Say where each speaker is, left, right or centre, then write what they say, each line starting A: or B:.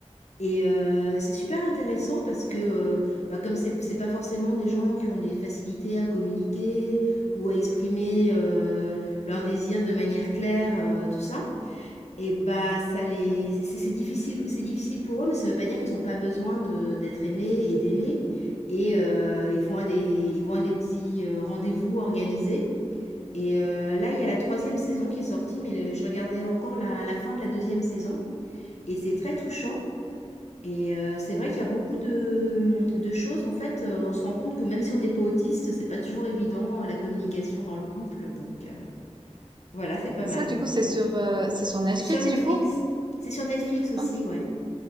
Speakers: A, on the left (about 70°); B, on the right (about 40°).
A: Et euh, c'est super intéressant parce que, euh, bah, comme c'est c'est pas forcément des gens qui ont des facilités à communiquer ou à exprimer euh, leurs désirs de manière claire, euh, tout ça, et bah ça les, c'est c'est difficile, c'est difficile pour eux, mais ça veut pas dire qu'ils ont pas besoin de- d'être aimés et d'aimer. Et euh, ils vont à des, ils vont à des petits euh, rendez-vous organisés et euh, là, il y a la troisième saison qui est sortie, mais je regardais encore la, la fin de la deuxième saison. Et c'est très touchant. Et euh, c'est vrai qu'il y a beaucoup de, de choses. En fait, euh, on se rend compte que même si on n'est pas autiste, c'est pas toujours évident la communication dans le couple. Donc euh, voilà, c'est pas
B: Mais
A: mal.
B: ça, du coup, c'est sur, euh, c'est sur Netflix,
A: C'est sur Netflix.
B: du coup?
A: C'est sur Netflix aussi,
B: Ok.
A: ouais.